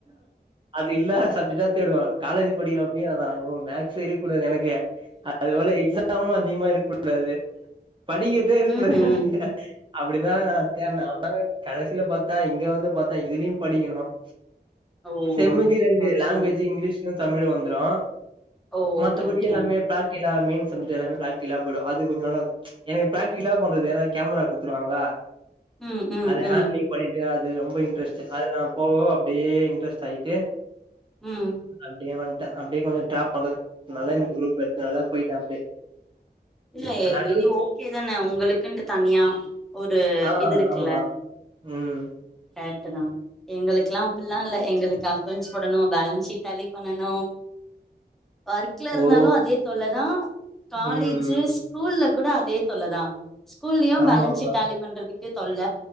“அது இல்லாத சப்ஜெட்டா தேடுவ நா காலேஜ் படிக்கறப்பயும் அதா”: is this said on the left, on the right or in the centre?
Right